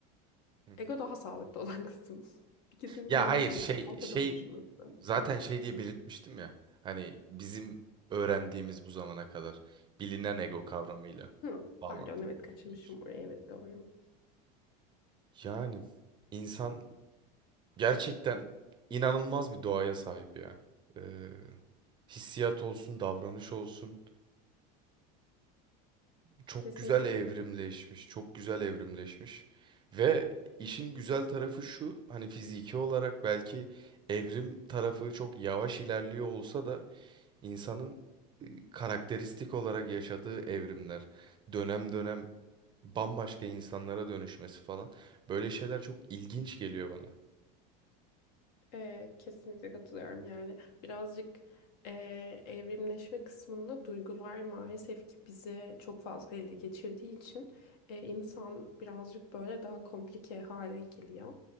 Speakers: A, on the right; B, on the left.
A: Hı. hı.
B: Ego daha sağlıklı olan kısım. <laughs> İkisinin
A: Ya
B: birleşimi,
A: hayır şey
B: ortada
A: şey
B: buluşması.
A: zaten şey diye belirtmiştim ya. Hani bizim öğrendiğimiz bu zamana kadar bilinen ego kavramıyla
B: Hı,
A: bağlantılı
B: pardon evet kaçırmışım
A: diye görmüş.
B: orayı evet doğru.
A: Yani insan gerçekten inanılmaz bir doğaya sahip ya. Ee, hissiyat olsun, davranış olsun. çok
B: Kesinlikle
A: güzel evrimleşmiş,
B: katılıyorum.
A: çok güzel evrimleşmiş. Ve işin güzel tarafı şu, hani fiziki olarak belki evrim tarafı çok yavaş ilerliyor olsa da insanın karakteristik olarak yaşadığı evrimler, dönem dönem bambaşka insanlara dönüşmesi falan, böyle şeyler çok ilginç geliyor bana.
B: Ee, kesinlikle katılıyorum yani birazcık e, evrimleşme kısmında duygular maalesef ki bizi çok fazla ele geçirdiği için e, insan birazcık böyle daha komplike hale geliyor.